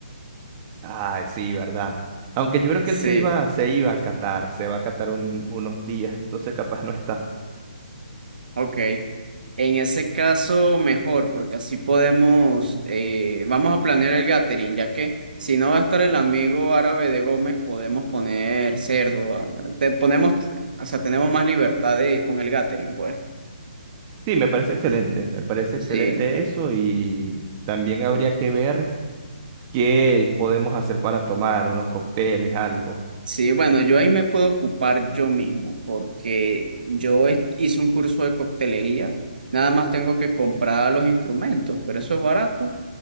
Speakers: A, on the right; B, on the right.
A: Ay, sí, ¿verdad? Aunque yo creo
B: Sí.
A: que él se iba, se iba a Qatar, se va a Qatar un- unos días, entonces capaz no está.
B: Ok, en ese caso mejor, porque así podemos, eh, vamos a planear el gathering, ya que si no va a estar el amigo árabe de Gómez, podemos poner cerdo, ah, te ponemos, o sea, tenemos más libertad de, con el gathering, pues.
A: Sí, me parece excelente, me parece
B: Sí.
A: excelente eso y también habría que ver qué podemos hacer para tomar, unos cócteles, algo.
B: Sí, bueno, yo ahí me puedo ocupar yo mismo porque yo es- hice un curso de coctelería, nada más tengo que comprar los instrumentos, pero eso es barato